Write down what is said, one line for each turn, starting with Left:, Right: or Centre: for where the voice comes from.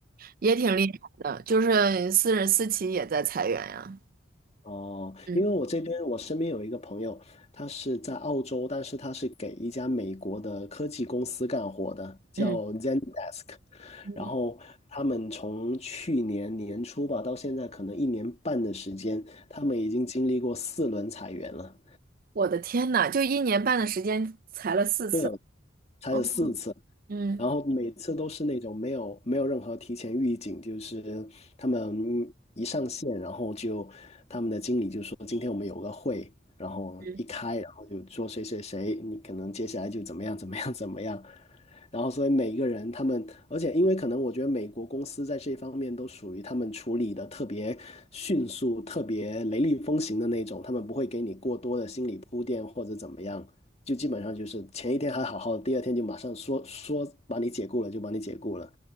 Right: 也挺厉害的，就是私人私企也在裁员呀。
Left: 哦，
Right: 嗯
Left: 因为我这边我身边有一个朋友，他是在澳洲，但是他是给一家美国的科技公司干活的，叫
Right: 嗯
Left: Zendesk。
Right: 嗯，
Left: 然后他们从去年年初吧到现在，可能一年半的时间，他们已经经历过四轮裁员了，
Right: 我的天呐，就一年半的时间裁了四次。
Left: 对，裁了四次。
Right: 嗯嗯
Left: 然后每次都是那种没有没有任何提前预警，就是他们一上线，然后就他们的经理就说今天我们有个会，然后一开，
Right: 嗯，
Left: 然后就说谁谁谁，你可能接下来就怎么样怎么样怎么样，然后，所以每一个人他们，而且因为可能我觉得美国公司在这方面都属于他们处理的特别迅速、特别雷厉风行的那种，他们不会给你过多的心理铺垫或者怎么样，就基本上就是前一天还好好的，第二天就马上说说把你解雇了就把你解雇了。